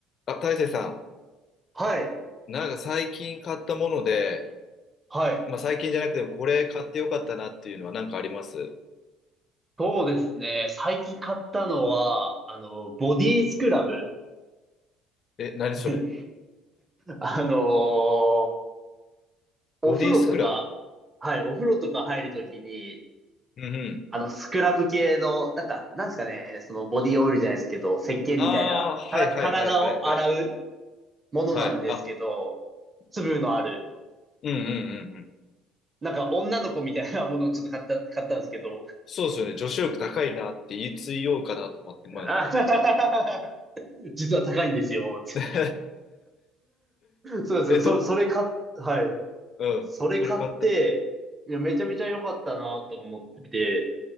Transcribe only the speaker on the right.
はい。
はい。
そうですね。最近買ったのは、あの、ボディスクラブ。<laughs>
はいあのーお風呂とか、
はい、お風呂とか入るときに、
あの、スクラブ系の、なんか、なんですかね、そのボディオイルじゃないですけど、石鹸みたいな、
から体を洗うものなんですけど、
粒のある、
なんか女の子みたいなものをちょっと買った、買ったんですけど、
あ <laughs> 実は高いんですよ。
そうですよ。
そ、
それ買っ、はい。
それ買って、
いや、めちゃめちゃ良かったなと思ってて、